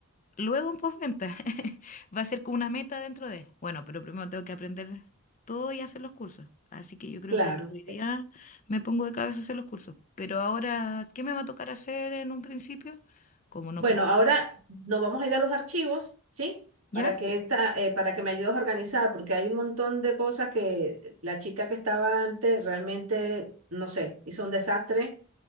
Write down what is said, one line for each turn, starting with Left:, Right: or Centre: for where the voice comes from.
Left: luego en postventa. <laughs> Va a ser como una meta dentro de. Bueno, pero primero tengo que aprender todo y hacer los cursos. Así que yo creo
Right: Claro.
Left: que desde hoy día me pongo de cabeza a hacer los cursos. Pero ahora, ¿qué me va a tocar hacer en un principio? Como no
Right: Bueno,
Left: puedo.
Right: ahora nos vamos a ir a los archivos, ¿sí?
Left: ¿Ya?
Right: Para que esta, eh, para que me ayudes a organizar, porque hay un montón de cosas que la chica que estaba antes realmente, no sé, hizo un desastre